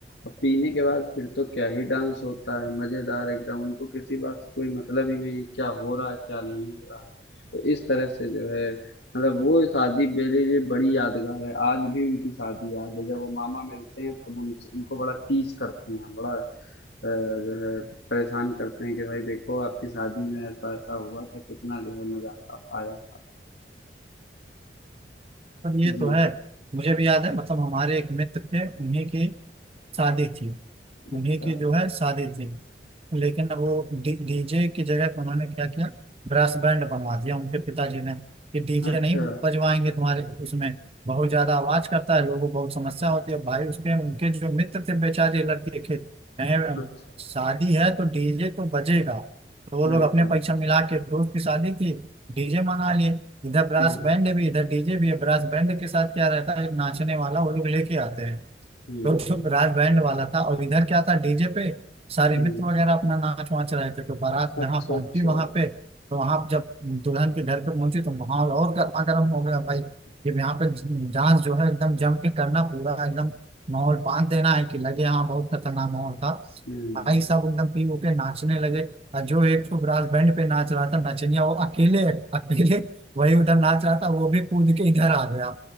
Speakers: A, on the left (about 80°); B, on the right (about 35°).
A: और पीने के बाद फिर तो क्या ही डांस होता है मज़ेदार एकदम उनको किसी बात से कोई मतलब ही नहीं क्या हो रहा है क्या नहीं हो रहा है तो इस तरह से जो है मतलब वो शादी मेरे लिए बड़ी यादगार है आज भी उनकी शादी याद है जब वो मामा मिलते हैं तो हम उनसे- उनको बड़ा टीज करते हैं बड़ा अ, जो है परेशान करते हैं कि भाई देखो आपकी शादी में ऐसा ऐसा हुआ था कितना जो है मजा आता आया था।
B: अब ये
A: जी
B: तो है मुझे भी याद है मतलब हमारे एक मित्र थे उन्हीं की शादी थी उन्हीं
A: अच्छा
B: की जो है शादी थी लेकिन अब वो डी, डीजे की जगह पे उन्होंने क्या किया ब्रास बैंड बनवा दिया उनके पिताजी ने कि डीजे
A: अच्छा
B: नहीं बजवाएंगे तुम्हारे उसमें बहुत ज्यादा आवाज करता है लोगों को बहुत समस्या होती है भाई उसके उनके जो मित्र थे बेचारे लड़के के कहे
A: अच्छा
B: शादी है तो डीजे तो बजेगा तो वो लोग
A: बिल्कुल
B: अपने पैसा मिला के दोस्त की शादी की डीजे मंगा लिए इधर ब्रास
A: हम्म
B: बैंड भी इधर डीजे भी है ब्रास बैंड के साथ क्या रहता है एक नाचने वाला वो लोग लेके आते हैं
A: हम्म
B: तो चुप राज बैंड वाला था और इधर क्या था डीजे पे सारे
A: हम्म
B: मित्र वगैरह अपना नाच वाच रहे थे तो बारात जहाँ
A: अच्छा
B: पहुंची
A: अच्छा
B: वहां पे तो वहां जब दुल्हन के घर पे पहुंची तो माहौल और गर्मा गर्म हो गया भाई जब यहाँ पे डांस जो है एकदम जम के करना पूरा एकदम माहौल बांध देना है कि लगे हाँ बहुत खतरनाक माहौल था
A: हम्म
B: भाई साहब एकदम पी हो के नाचने लगे और जो एक तो ब्रास बैंड पे नाच रहा था नचनिया वो अकेले अकेले वही उधर नाच रहा था वो भी कूद के इधर आ गया